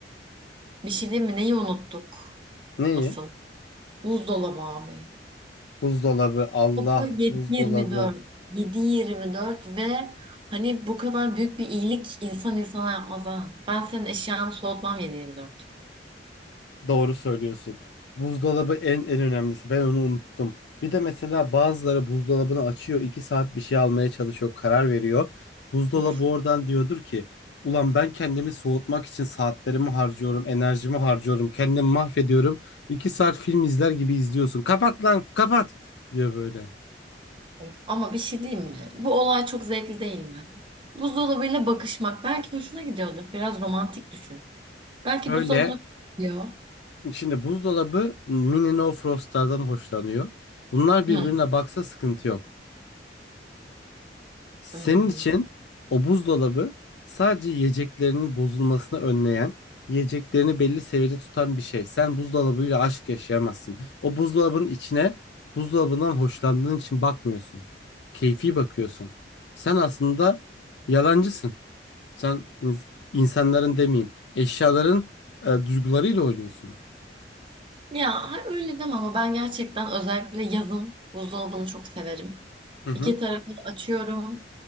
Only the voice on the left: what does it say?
Neyi?
Buzdolabı, Allah,
buzdolabı.
Doğru söylüyorsun. Buzdolabı en en önemlisi. Ben onu unuttum. Bir de mesela bazıları buzdolabını açıyor, iki saat bir şey almaya çalışıyor, karar veriyor. Buzdolabı
oradan diyordur ki, ulan ben kendimi soğutmak için saatlerimi harcıyorum, enerjimi harcıyorum, kendimi mahvediyorum. İki saat film izler gibi izliyorsun. Kapat lan, kapat diyor böyle.
Öyle.
Şimdi buzdolabı mini no frostlardan hoşlanıyor. Bunlar birbirine
baksa sıkıntı yok. Senin
için o buzdolabı sadece yiyeceklerinin bozulmasını önleyen, yiyeceklerini belli seviyede tutan bir şey. Sen buzdolabıyla aşk yaşayamazsın. O buzdolabının içine buzdolabından hoşlandığın için bakmıyorsun. Keyfi bakıyorsun. Sen aslında yalancısın. Sen ins- insanların demeyeyim, eşyaların e, duygularıyla oynuyorsun.
Hı hı,